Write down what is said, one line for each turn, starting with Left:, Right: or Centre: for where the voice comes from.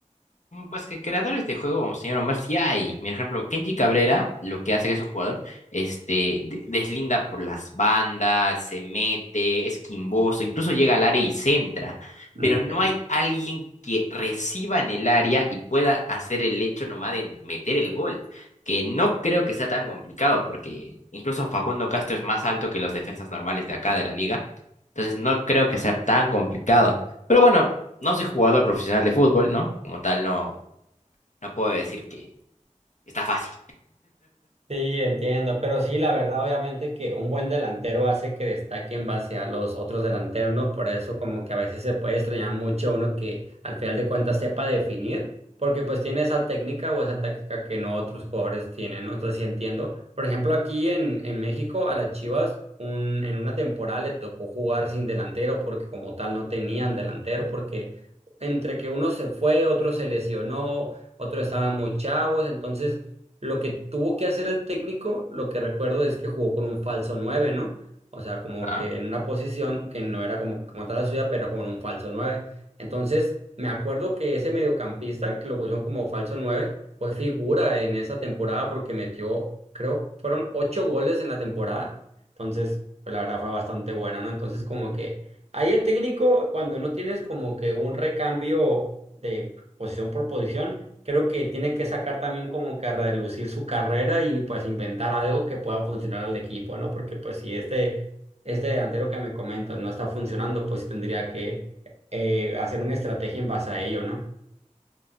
Left: Mm, Pues que creadores de juego, señor Omar, sí hay. Por ejemplo, Kenji Cabrera, lo que hace que es un jugador, este, de- deslinda por las bandas, se mete, es quimboso, incluso llega al área y centra.
Right: Ok.
Left: Pero no hay alguien que reciba en el área y pueda hacer el hecho nomás de meter el gol. Que no creo que sea tan complicado, porque incluso Facundo Castro es más alto que los defensas normales de acá de la liga. Entonces no creo que sea tan complicado. Pero bueno. No soy jugador profesional de fútbol, ¿no? Como tal, no, no puedo decir que está fácil.
Right: Sí, entiendo, pero sí, la verdad, obviamente que un buen delantero hace que destaque en base a los otros delanteros, ¿no? Por eso como que a veces se puede extrañar mucho uno que al final de cuentas sepa definir, porque pues tiene esa técnica o esa táctica que no otros jugadores tienen, ¿no? Entonces sí entiendo. Por ejemplo, aquí en, en México a las Chivas un, en una temporada le tocó jugar sin delantero porque como tal no tenían delantero, porque entre que uno se fue, otro se lesionó, otro estaba muy chavos, entonces... Lo que tuvo que hacer el técnico, lo que recuerdo es que jugó con un falso nueve ¿no? O sea, como
Left: Ajá.
Right: que en una posición que no era como, como tal la suya, pero como en un falso nueve Entonces, me acuerdo que ese mediocampista, que lo pusieron como falso nueve fue figura en esa temporada porque metió, creo, fueron 8 goles en la temporada. Entonces, pues la verdad fue bastante buena, ¿no? Entonces, como que ahí el técnico, cuando no tienes como que un recambio de posición por posición, creo que tiene que sacar también como que a relucir su carrera y pues inventar algo que pueda funcionar al equipo, ¿no? Porque pues si este, este delantero que me comentas no está funcionando, pues sí tendría que eh, hacer una estrategia en base a ello, ¿no?